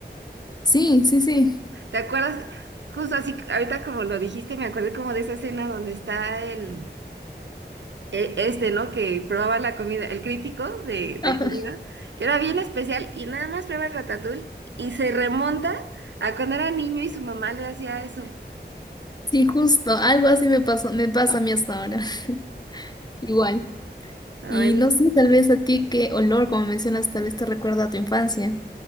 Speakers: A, on the left; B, on the right.
A: Sí, sí, sí.
B: ¿Te acuerdas? Justo así, ahorita como lo dijiste, me acordé como de esa escena donde está el, e- este, ¿no? Que probaba la comida, el crítico de,
A: Ajá.
B: de comida, que era bien especial y nada más prueba el Ratatouille y se remonta a cuando era niño y su mamá le hacía eso.
A: Sí, justo, algo así me pasó, me pasa a mí hasta ahora. <laughs> Igual.
B: Ay,
A: Y
B: los-
A: no sé, tal vez a ti qué olor, como mencionas, tal vez te recuerda a tu infancia.